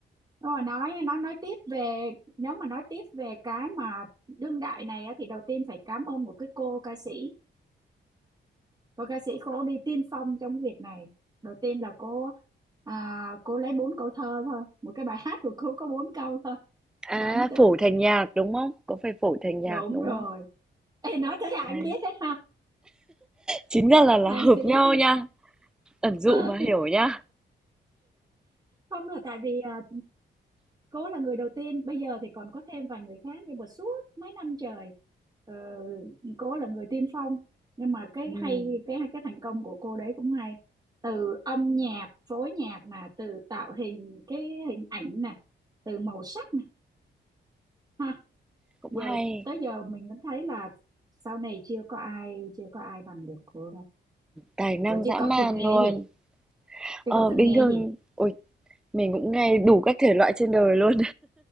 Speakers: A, on the right; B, in the centre.
A: nếu mà nói nói nói tiếp về nếu mà nói tiếp về cái mà đương đại này á, thì đầu tiên phải cảm ơn một cái cô ca sĩ cô ca sĩ cô đi tiên phong trong cái việc này đầu tiên là cô à, cô lấy bốn câu thơ thôi một cái bài hát của cô có bốn câu thôi
B: À,
A: mà ấn tượng
B: phổi thành nhạc, đúng không? Có phải phổi thành nhạc,
A: đúng
B: đúng
A: rồi
B: không?
A: Ê, nói thế là anh
B: À,
A: biết hết ha
B: chính ra
A: <laughs>
B: là là
A: Hoàng
B: hợp
A: Thùy
B: nhau
A: Linh
B: nha, ẩn dụ
A: Ờ,
B: mà hiểu nha.
A: không là tại vì à, cô là người đầu tiên bây giờ thì còn có thêm vài người khác nhưng mà suốt mấy năm trời ờ, cô là người tiên phong nhưng mà cái
B: Ừm,
A: hay cái cái thành công của cô đấy cũng hay từ âm nhạc phối nhạc nè từ tạo hình cái hình ảnh nè từ màu sắc nè ha
B: cũng
A: giờ
B: hay,
A: tới giờ mình vẫn thấy là sau này chưa có ai chưa có ai bằng được cô đâu
B: tài năng
A: ủa chứ
B: dã
A: cậu
B: man
A: thường nghe
B: luôn.
A: cái gì chứ
B: Ờ,
A: cậu thường
B: bình
A: nghe
B: thường,
A: cái gì
B: ôi, mình cũng nghe đủ các thể loại trên đời luôn.